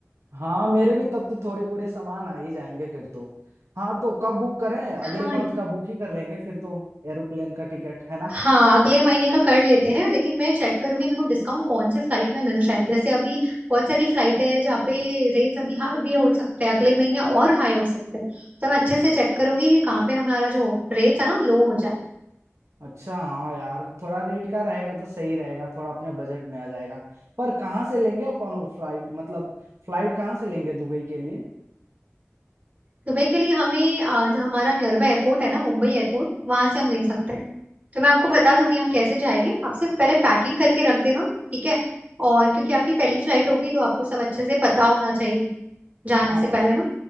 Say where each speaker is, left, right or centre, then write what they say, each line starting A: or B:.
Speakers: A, on the right (about 75°); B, on the right (about 30°).
A: हाँ मेरे भी तब तो थोड़ी मोड़ी सामान आ ही जाएंगे फिर तो हाँ तो कब बुक करें अगले
B: हाँ
A: मंथ का बुक ही कर लेंगे फिर तो एरोप्लेन का टिकट है ना
B: हाँ अगले महीने का कर लेते हैं लेकिन मैं चेक करूंगी मेरे को डिस्काउंट कौन से फ्लाइट में मिल रहा है जैसे अभी बहुत सारी फ्लाइट है जहाँ पे रेट्स अभी हाई भी हो सकते हैं अगले महीने और हाई हो सकते हैं तो मैं अच्छे से चेक करूंगी कि कहाँ पे हमारा जो रेट्स है ना लो हो जाए
A: अच्छा हाँ यार थोड़ा रेट का रहेगा तो सही रहेगा थोड़ा अपने बजट में आ जाएगा पर कहाँ से लेंगे अपन लोग फ्लाइट मतलब फ्लाइट कहाँ से लेंगे दुबई के लिए
B: दुबई के लिए हमें अ, जो हमारा नियर बाय एयरपोर्ट है ना मुंबई एयरपोर्ट वहां से हम ले सकते हैं तो मैं आपको बता दूंगी हम कैसे जाएंगे आप सिर्फ पहले पैकिंग करके रख देना ठीक है और क्योंकि आपकी पहली फ्लाइट होगी तो आपको सब अच्छे से पता होना चाहिए जाने
A: हाँ
B: से पहले ना